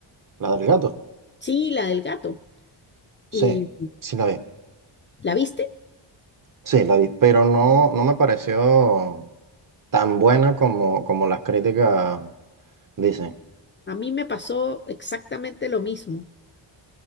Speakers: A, on the right (about 40°); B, on the left (about 25°).
A: La del gato.
B: Sí, la del gato. Eh,
A: Sí, sí la vi.
B: ¿la viste?
A: Sí, la vi. Pero no, no me pareció tan buena como, como las críticas dicen.
B: A mí me pasó exactamente lo mismo.